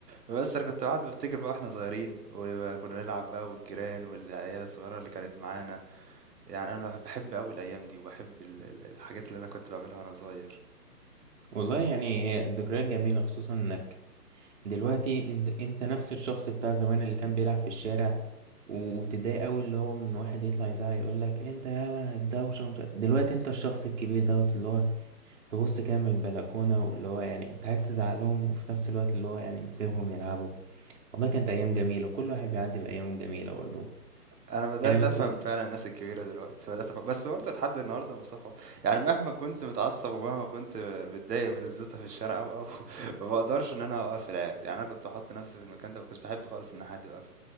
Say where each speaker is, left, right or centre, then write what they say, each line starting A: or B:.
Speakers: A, on the right; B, on the right.
A: بس انا كنت قاعد بفتكر بقى واحنا صغيرين وكنا نلعب بقى والجيران والعيال الصغيره اللي كانت معانا يعني انا بحب قوي الايام دي وبحب ال- ال- الحاجات اللي انا كنت بعملها وانا صغير
B: والله يعني هي ذكريات جميله خصوصا انك دلوقتي انت انت نفس الشخص بتاع زمان اللي كان بيلعب في الشارع وتضايق قوي اللي هو من واحد يطلع يزعق يقول لك انت يالا الدوشه ومش عارف- دلوقتي انت الشخص الكبير دوت اللي هو تبص كده من البلكونة اللي هو يعني انت عايز تزعلهم وفي نفس الوقت اللي هو يعني سيبهم يلعبوا والله كانت أيام جميلة كل واحد بيعدي بأيام جميلة برضه
A: انا بدات
B: يعني بس
A: افهم
B: يعني
A: فعلا الناس الكبيره دلوقتي بدات أفهم. بس برضه لحد النهارده يا مصطفى يعني مهما كنت متعصب ومهما كنت بتضايق من الزيطه في الشارع او او <laughs> ما بقدرش ان انا اوقف العيال يعني انا كنت احط نفسي في المكان ده ما كنتش بحب خالص ان حد يوقفني